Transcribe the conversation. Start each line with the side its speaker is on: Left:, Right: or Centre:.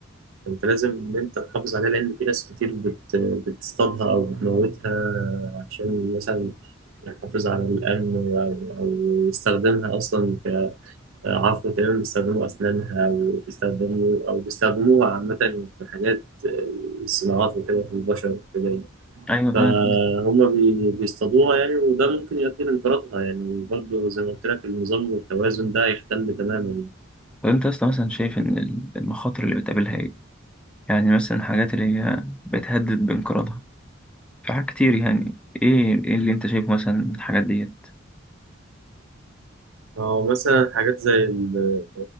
Right: أنت لازم إن أنت تحافظ عليها لأن في ناس كتير بت بتصطادها أو بتموتها عشان مثلا يحافظ على الأمن أو أو يستخدمها أصلا كعفو تقريبا بيستخدموا أسنانها أو بيستخدموا أو بيستخدموها عامة في حاجات الصناعات وكده في البشر وكده يعني.
Centre: ايوه
Right: فهم
Centre: فعلا
Right: بي- بيصطادوها يعني وده ممكن يؤدي لانقراضها يعني برضه زي ما قلت لك النظام والتوازن ده هيختل تماما يعني.
Centre: طب انت اصلا مثلا شايف ان المخاطر اللي بتقابلها ايه يعني مثلا الحاجات اللي هي بتهدد بانقراضها في حاجات كتير يعني ايه ايه اللي انت شايفه مثلا من الحاجات ديت
Right: أو مثلا حاجات زي ال-